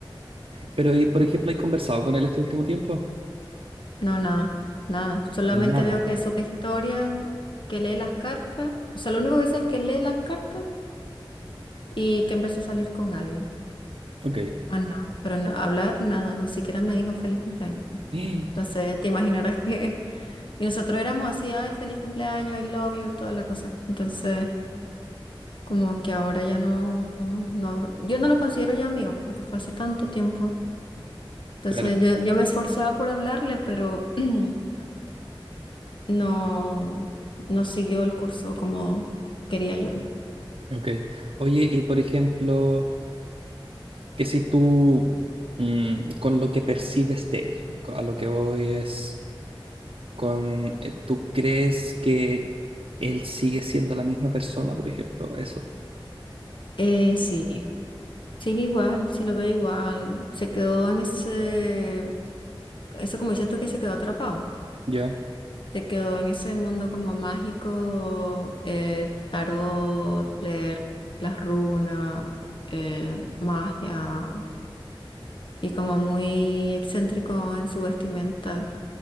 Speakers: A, on the right; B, on the left.
A: Pero, ¿y por ejemplo, has conversado con él este último tiempo?
B: No, nada, nada. Solamente
A: Nada.
B: veo que sube historias, que lee las cartas. O sea, lo único que sé es que lee las cartas y que empezó a salir con alguien.
A: Ok.
B: Ah, nada. Pero no- hablar, nada. Ni siquiera me dijo feliz cumpleaños.
A: <gasps>
B: Entonces, te imaginarás que... <laughs> Y nosotros éramos así, ay, feliz cumpleaños, I love you, toda la cosa. Entonces, como que ahora ya no... no... Yo no lo considero ya amigos porque fue hace tanto tiempo. Entonces,
A: Claro,
B: yo, yo me esforzaba por hablarle, pero... <clears throat> no, no siguió el curso como quería yo.
A: ok. Oye, y por ejemplo, que si tú, mm, con lo que percibes de él, co- a lo que voy es con, eh, ¿tú crees que él sigue siendo la misma persona, por ejemplo? Eso.
B: Eh, sí, sigue igual, sí lo veo igual. Se quedó en ese, eso como dices tú que se quedó atrapado.
A: Ya,
B: Se quedó en ese mundo como mágico, eh, tarot, leer las runas, eh, magia, y como muy excéntrico en su vestimenta,